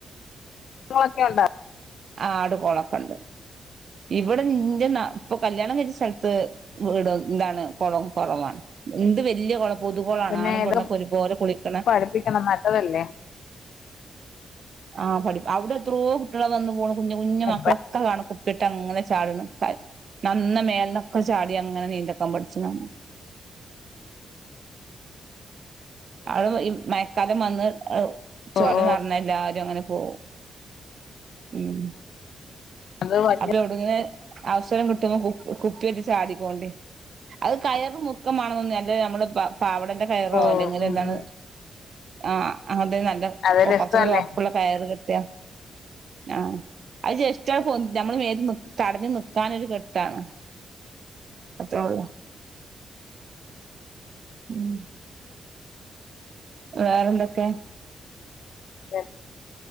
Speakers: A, on the left; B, on the right.
A: നോക്കെണ്ട
B: ആ ആട് കോളൊക്കെ ഉണ്ട് ഇവിടെന്റെ ഇപ്പൊ കല്യാണം കഴിച്ച സ്ഥലത്ത് വട ഇന്താണ് കുളവും കുറവാണ് ഇണ്ട് വല്യ കൊളം. പുതുകൊളാണ്.
A: പിന്നെ
B: ആണും
A: ഇത്
B: പെണ്ണൊക്കെ ഒരുപോലെ കുളിക്ക്‌ണെ
A: പഠിപ്പിക്കണം നല്ലതല്ലേ
B: ആ പഠി അവിടെ എത്രോ കുട്ട്യള് വന്ന്ന് പോണ് കുഞ്ഞു കുഞ്ഞു
A: എപ്പ
B: മക്കളെ ക്കകാണ കുപ്പിട്ട്ങ്ങനെ ചാട്ണ്. കാൽ നന്ന മേൽന്നൊക്കെ ചാട്യങ്ങനെ നീന്തക്കം പട്ച്ച്ന അവടെ ഈ മയക്കാലം വന്ന് ചോല
A: ഓ
B: നർഞ്ഞ എല്ലാരും അങ്ങനെ പോവും ഉം
A: അത് വലിയ
B: അപ്പയൗട് ന്ന് അവസരം കിട്ടുമ്പോ കു കുപ്പിഎറ്റ് ചാടിക്കോണ്ടി അത് കയറ് മുർക്കമാണന്നൊന്നുംല്ല. അന്റെ അമ്മള് പാവടന്റെ കയറോ
A: ഓ
B: അല്ലെങ്കില്
A: ഉം
B: എന്താണ്
A: ഉം
B: ആ അങ്ങൻതന്നെ നല്ല
A: അത് രസല്ലേ
B: കൊർച്ചൊക്കൊരൊർപ്പ്‌ള്ള കയറി കെട്ട്യ ഞാ അത് ജസ്റ്റട് പൊൻ ന്ത്യമ്മളെ മേത്ത് നിക് തട്ഞ് നിക്കാനൊരു കെട്ടാണ്. അത്രൊള്ളൂ ഉം വേറെന്തൊക്കെ
A: ശ